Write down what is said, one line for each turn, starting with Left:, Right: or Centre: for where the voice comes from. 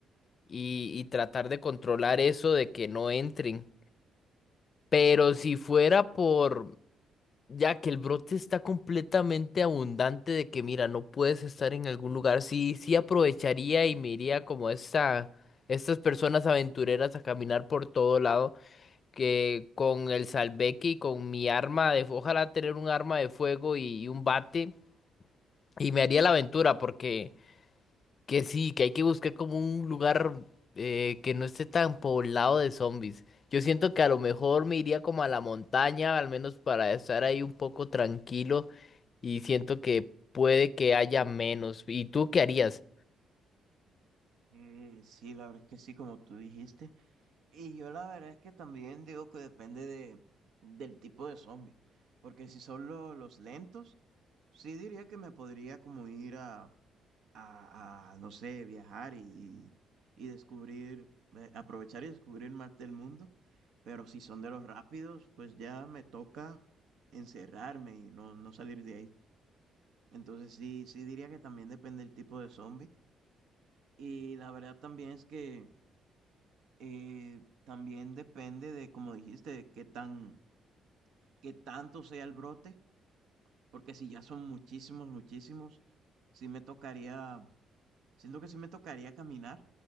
Left: y, y tratar de controlar eso de que no entren. Pero si fuera por, ya que el brote está completamente abundante de que, mira, no puedes estar en algún lugar, sí, sí aprovecharía y me iría como esta, estas personas aventureras a caminar por todo lado que con el salveque y con mi arma de, ojalá tener un arma de fuego y, y un bate y me haría la aventura porque que sí, que hay que buscar como un lugar eh, que no esté tan poblado de zombies. Yo siento que a lo mejor me iría como a la montaña, al menos para estar ahí un poco tranquilo y siento que puede que haya menos. ¿Y tú qué harías?
Right: Eh, sí, la verdad es que sí, como tú dijiste. Y yo la verdad es que también digo que depende de, del tipo de zombie. Porque si son lo- los lentos, sí diría que me podría como ir a, a, a, no sé, viajar y, y descubrir, eh, aprovechar y descubrir más del mundo, pero si son de los rápidos, pues ya me toca encerrarme y no, no salir de ahí. Entonces sí, sí diría que también depende el tipo de zombie. Y la verdad también es que eh, también depende de, como dijiste, de qué tan, qué tanto sea el brote, porque si ya son muchísimos, muchísimos, sí me tocaría, siento que sí me tocaría caminar